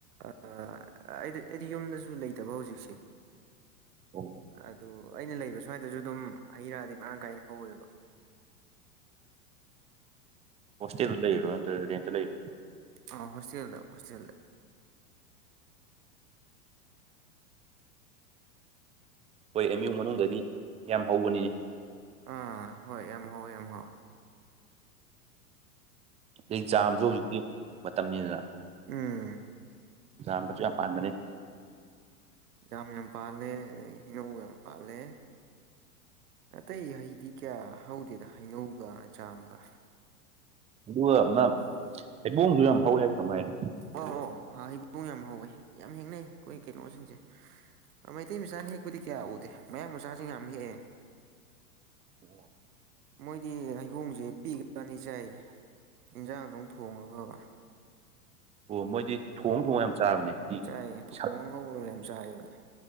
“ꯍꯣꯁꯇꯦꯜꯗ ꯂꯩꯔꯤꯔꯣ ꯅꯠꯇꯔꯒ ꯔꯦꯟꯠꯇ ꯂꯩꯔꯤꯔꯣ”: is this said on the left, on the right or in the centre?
Right